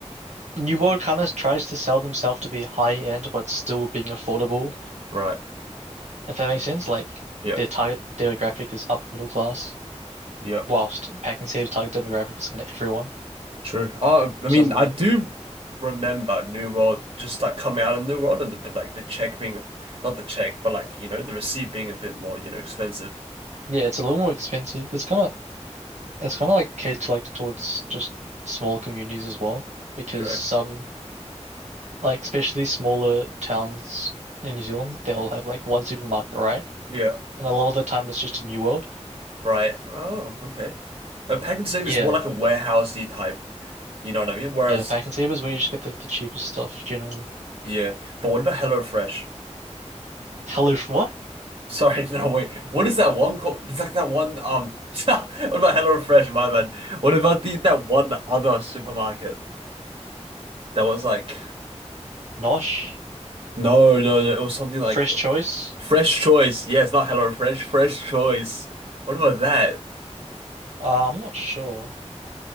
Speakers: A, on the right; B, on the right.
A: New World kind of tries to sell themselves to be high end but still being affordable
B: right.
A: if that makes sense like
B: Yeah.
A: their target demographic is upper middle class
B: Yeah.
A: whilst pack and save target demographics on everyone.
B: True. Oh, I
A: So
B: mean,
A: that's the
B: I
A: really
B: do remember New World just like coming out of New World and the, but like the check being not the check, but like you know the receipt being a bit more you know expensive.
A: yeah, it's a little more expensive. It's kind of it's kind of like catered to, like towards just smaller communities as well because
B: True.
A: some like especially smaller towns in New Zealand they'll have like one supermarket right,
B: Yeah.
A: and a lot of the time it's just a New World.
B: Right. Oh, okay. A pack and save
A: Yeah,
B: is more like a warehousey type. You know what I mean? Whereas,
A: yeah, pack and save is where you just get like the cheapest stuff generally.
B: yeah. But what about HelloFresh?
A: Hello, what?
B: <laughs> Sorry, no wait. What is that one called? It's like that one. Um, <laughs> what about HelloFresh, my man? What about the that one other supermarket that was like?
A: Nosh,
B: No, no, no. It was something like
A: Fresh Choice.
B: Fresh Choice. Yes, not Hello Fresh, Fresh Choice. What about that?
A: Uh, I'm not sure.